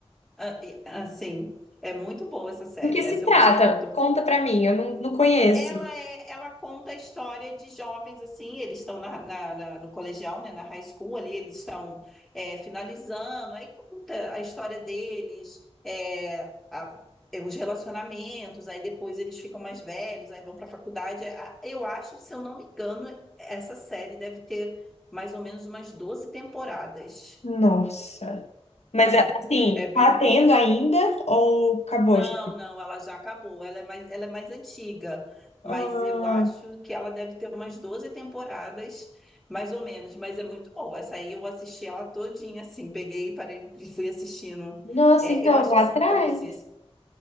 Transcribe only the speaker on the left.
Do que
se trata?
Conta pra mim, eu não, não conheço.
Nossa. Mas
assim,
tá tendo ainda ou acabou
já?
Ah,
nossa,
então
lá
atrás.